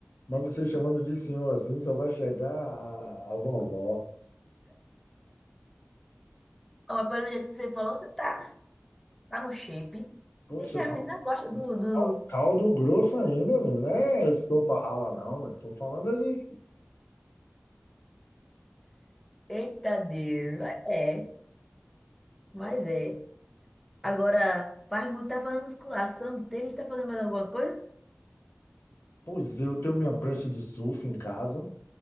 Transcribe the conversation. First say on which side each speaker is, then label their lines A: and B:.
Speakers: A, on the left (about 60°); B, in the centre.
A: Mas você chamando de senhor assim, só vai chegar a, a vovó.
B: Ó, Mas pelo jeito que você falou, você tá, tá no shape.
A: Poxa,
B: Deixa
A: dá
B: a menina
A: um
B: gosta do, do...
A: dá um caldo grosso ainda, meu, não é sopa rala, não, né? Tô falando de.
B: Eita Deus. É, mas é. Agora, faz muito, tá fazendo musculação. Tênis, tá fazendo mais alguma coisa?
A: Pois eu tenho minha prancha de surf em casa,